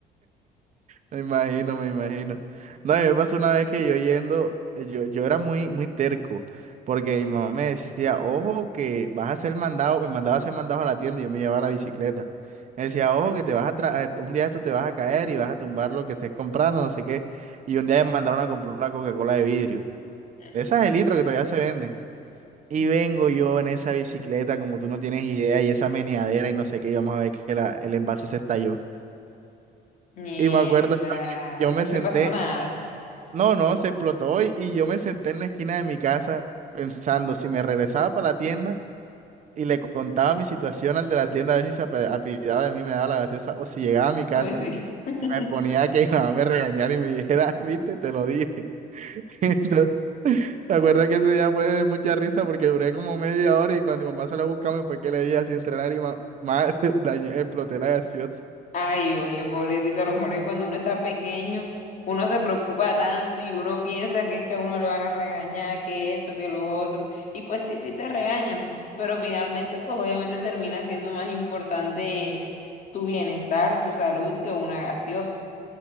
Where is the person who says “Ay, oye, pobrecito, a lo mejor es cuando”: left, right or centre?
Left